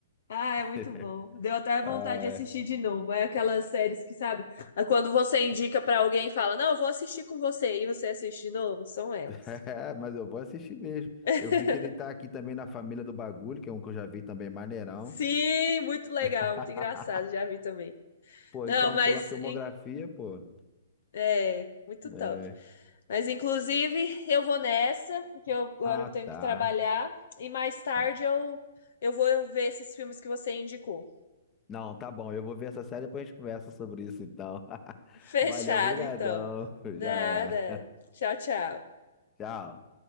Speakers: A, on the left; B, on the left.
A: Ah,
B: <laughs>
A: é muito bom. Deu até vontade
B: Ah,
A: de assistir de novo. É aquelas séries que, sabe, ah, quando você indica pra alguém e fala, não, eu vou assistir com você, e você assiste de novo, são elas.
B: <laughs> mas eu vou assistir mesmo.
A: <laughs>
B: Eu vi que ele tá aqui também na Família do Bagulho, que é um que eu já vi também, maneirão.
A: Sim, muito legal,
B: <laughs>
A: muito engraçado, já vi também.
B: Pô,
A: Não,
B: então,
A: mas
B: pela filmografia,
A: em
B: pô.
A: É, muito
B: é.
A: top. Mas inclusive eu vou nessa, porque eu- agora
B: Ah,
A: eu tenho
B: tá.
A: que trabalhar e mais tarde
B: Ah,
A: eu eu vou ver esses filmes que você indicou.
B: Não, tá bom. Eu vou ver essa série e depois a gente conversa sobre isso, então. <laughs>
A: <laughs> Fechado,
B: Valeu, brigadão.
A: então. Nada.
B: Já é.
A: Tchau, tchau.
B: <laughs> Tchau.